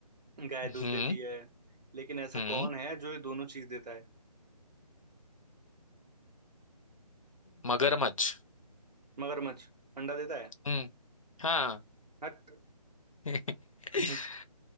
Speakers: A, on the right; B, on the left.
A: गाय दूध
B: हम्म
A: देती है लेकिन ऐसा
B: हम्म
A: कौन है जो ये दोनों चीज देता है
B: मगरमच्छ
A: मगरमच्छ अंडा देता है
B: हम्म हाँ
A: हट
B: <laughs>
A: हम्म,